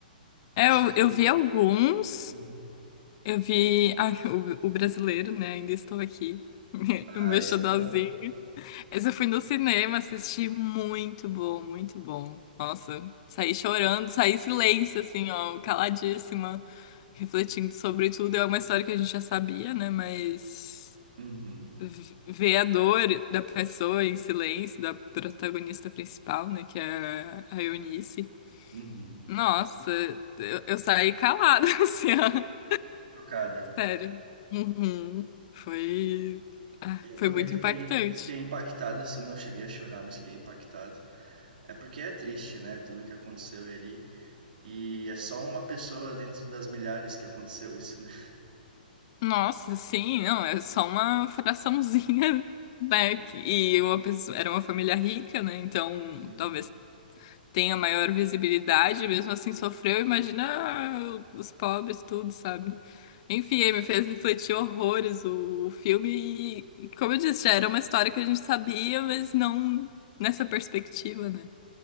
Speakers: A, on the left; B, on the right.
A: É,
B: Não sei
A: eu,
B: se tu.
A: eu vi alguns,
B: Uhum.
A: eu vi <laughs> ah, o, o brasileiro, né? Ainda estou aqui, <laughs>
B: Ah,
A: o meu
B: esse
A: xodózinho.
B: é bom.
A: Mas eu fui no cinema assisti, muito bom, muito bom. Nossa, saí chorando, saí em silêncio, assim, ó, caladíssima, refletindo sobre tudo. É uma história que a gente já sabia, né? Mas
B: Uhum.
A: v- ver a dor da pessoa em silêncio, da protagonista principal, né? Que é a Eunice.
B: Uhum.
A: Nossa, eu, eu saí calada, <laughs> assim, ó.
B: Chocada.
A: Sério. Uhum. Foi, ah,
B: Eu
A: foi
B: também
A: muito
B: fiquei,
A: impactante.
B: fiquei impactado, assim, não cheguei a chorar, mas fiquei impactado. É porque é triste, né? Tudo que aconteceu ali. E é só uma pessoa dentro das milhares que aconteceu isso, né?
A: Nossa, sim, não, é só uma fraçãozinha, né? que- E uma pessoa, era uma família rica, né? Então,
B: Uhum.
A: talvez tenha maior visibilidade, mesmo assim sofreu, imagina os pobres, tudo, sabe? Enfim, aí me fez refletir horrores o, o filme e, e como eu disse, já era uma história que a gente sabia, mas não nessa perspectiva, né?